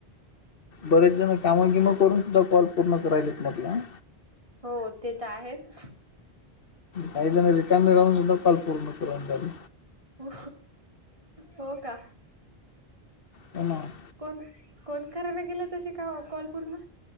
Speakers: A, on the left; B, on the right.
A: बरेच जण कामंगिमं करून सुद्धा कॉल पूर्ण करायलात मटलं.
B: हो ते तर आहेच.
A: काही जण रिकामी राहून सुद्धाॉल पूर्ण करून झाली.
B: हो हो का
A: प्हा <unintelligible>
B: कोण कोण करायला गेला तसे कॉल पूर्ण